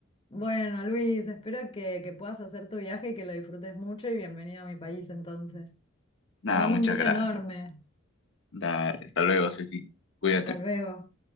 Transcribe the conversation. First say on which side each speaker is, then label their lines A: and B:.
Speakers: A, on the left; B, on the left.
A: bueno, Luis, espero que, que puedas hacer tu viaje y que lo disfrutes mucho y bienvenido a mi país entonces.
B: Nada,
A: Te mando
B: muchas
A: un beso
B: gracias.
A: enorme.
B: Dale, hasta luego, Ceci. Cuídate.
A: Hasta luego.